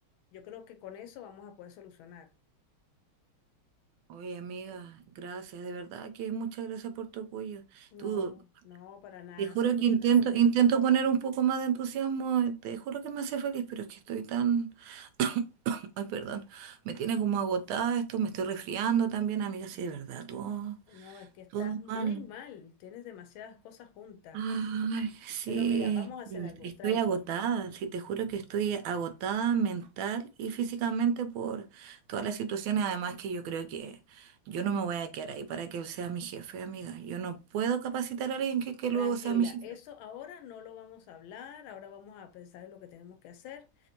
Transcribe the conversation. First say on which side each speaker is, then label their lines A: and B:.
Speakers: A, on the left (about 80°); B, on the right (about 80°).
A: yo creo que con eso vamos a poder solucionar.
B: Oye, amiga, gracias, de verdad que muchas gracias por tu apoyo.
A: No,
B: Tú,
A: no, para nada.
B: te juro
A: Siempre
B: que
A: cuentas
B: intento,
A: conmigo.
B: intento poner un poco más de entusiasmo, eh, te juro que me hace feliz, pero es que estoy tan, <coughs> ay, perdón, me tiene como agotada esto, me estoy resfriando también, amiga, sí, de verdad, todo,
A: No, es que estás
B: todo
A: muy
B: mal.
A: mal. Tienes demasiadas cosas juntas.
B: Ay, sí,
A: Pero mira, vamos a hacer
B: yo est-
A: algo.
B: estoy
A: Tranquilo,
B: agotada, sí, te juro que estoy agotada mental y físicamente por todas las situaciones, además que yo creo que yo no me voy a quedar ahí para que él sea mi jefe, amiga. Yo no puedo capacitar a alguien que, que
A: tranquila.
B: luego sea mi jefe.
A: Eso ahora no lo vamos a hablar. Ahora vamos a pensar en lo que tenemos que hacer.